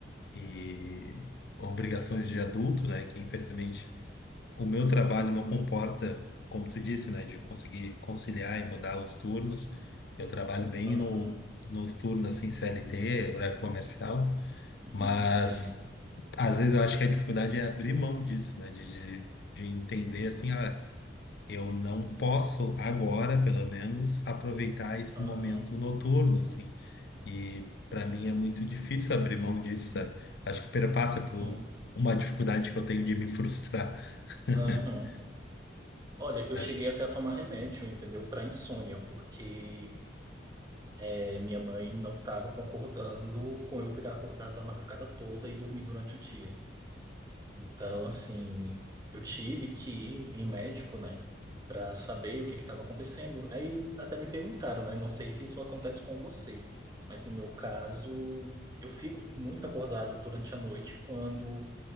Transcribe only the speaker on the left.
e obrigações de adulto, né, que infelizmente o meu trabalho não comporta, como tu disse, né, de conseguir conciliar e mudar os turnos. Eu trabalho bem
no, nos turnos assim CLT, horário comercial,
mas
às vezes eu acho que a dificuldade é abrir mão disso, né, de, de, de entender assim, ah, eu não posso agora, pelo menos, aproveitar esse
momento noturno, assim. E para mim é muito difícil abrir mão disso, sabe? Acho que perpassa
por uma dificuldade que eu tenho de me frustrar. <laughs>
Acho
que